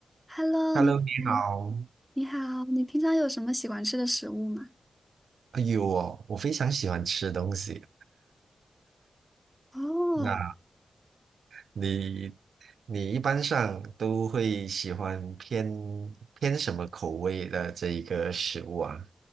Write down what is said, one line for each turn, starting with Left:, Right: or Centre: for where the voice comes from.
Centre: Hello，
Right: Hello，
Centre: 你好，
Right: 你好。
Centre: 你好，你平常有什么喜欢吃的食物吗？
Right: 哎呦哦，我非常喜欢吃东西。
Centre: 哦，
Right: 那你，你一般上都会喜欢偏偏什么口味的这一个食物啊？